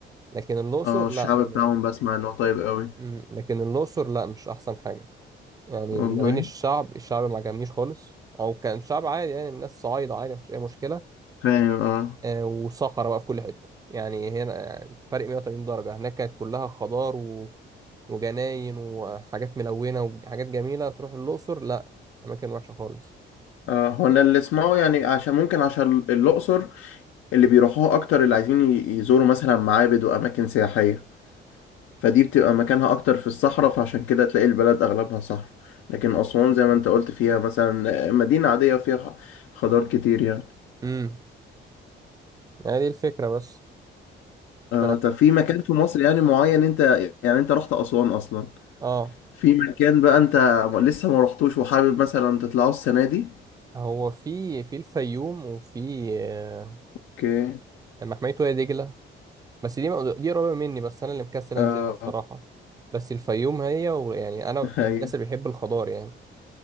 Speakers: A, on the right; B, on the left.
A: لكن الاقصر
B: اه الشعب
A: لا م...
B: بتاعهم بسمع انه طيب قوي
A: م- لكن الاقصر لا مش احسن حاجه يعني
B: والله
A: ما بين الشعب الشعب ما عجبنيش خالص او كان شعب عادي يعني الناس صعايده عادي مفيش اي مشكله
B: فاهم اه
A: آه وصخره بقى في كل حته يعني هنا يعني فرق 180 درجه هناك كانت كلها خضار و... وجناين وحاجات ملونه وحاجات جميله تروح الاقصر لا اماكن وحشه خالص
B: اه هو انا اللي اسمعه يعني عشان ممكن عشان الاقصر اللي بيروحوها اكتر اللي عايزين ي- يزوروا مثلا معابد واماكن سياحيه فدي بتبقى مكانها اكتر في الصحراء فعشان كده تلاقي البلد اغلبها صحراء لكن اسوان زي ما انت قلت فيها مثلا مدينة عادية فيها خضار كتير يعني
A: امم يعني دي الفكره بس
B: اه
A: ف...
B: طب في مكان في مصر يعني معين انت يعني انت رحت اسوان اصلا
A: اه
B: في مكان بقى انت لسه ما رحتوش وحابب مثلا تطلعه السنة دي
A: هو في في الفيوم وفي آه،
B: اوكي
A: محمية وادي دجلة بس دي دي قريبة مني بس أنا اللي مكسل
B: اه
A: أنزلها الصراحة بس الفيوم هي ويعني أنا
B: <laughs>
A: من
B: ايوه
A: الناس اللي بيحب الخضار يعني